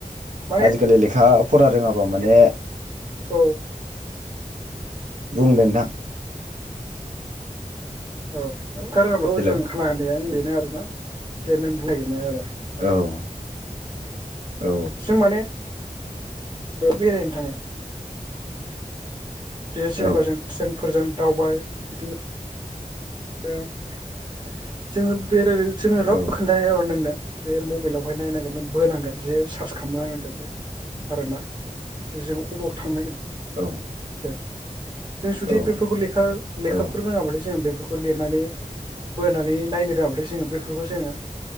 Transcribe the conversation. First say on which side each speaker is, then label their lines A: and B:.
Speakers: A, on the right; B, on the right.
A: माने
B: आजिखालि लेखा फरा रोङाब्ला माने
A: औ
B: बुं दे नोंथां
A: औ <unintelligible> <unintelligible>
B: हेल'
A: आरो
B: औ
A: ना जे नों बुंनो नागिरनाय आरो
B: औ औ
A: जों माने बेरायनो थाङो बे जेनेबा
B: औ
A: जों ट्रेनफोरजों दावबाय बिदिनो <unintelligible> जोङो बेरायनायजों जोङो राव
B: औ
A: खोन्था <unintelligible> नोंनो जे मबाइलावहाय नायनांगोन नों बोनांगोन जे सार्स खालाम नांगोन बे आरोना जे जों अबावयाव थांनो नागिद
B: औ
A: दो जों जुदि
B: औ
A: बेफोरखौ लेखा लेखाफोर
B: औ
A: रोङाबाथाय जों बे खौ लिरनानै बोनानै नायनो रोङाबाथाय जोङो बेफोरखौ जोङो